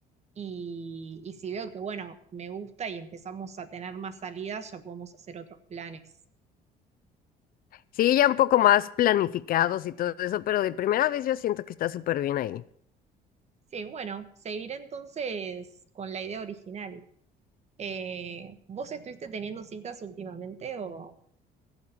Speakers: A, on the right; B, on the left.
A: Y, y si veo que, bueno, me gusta y empezamos a tener más salidas, ya podemos hacer otros planes.
B: Sí, ya un poco más planificados y todo eso, pero de primera vez yo siento que está súper bien ahí.
A: Sí, bueno, seguiré entonces con la idea original. Eh, ¿vos estuviste teniendo citas últimamente o...?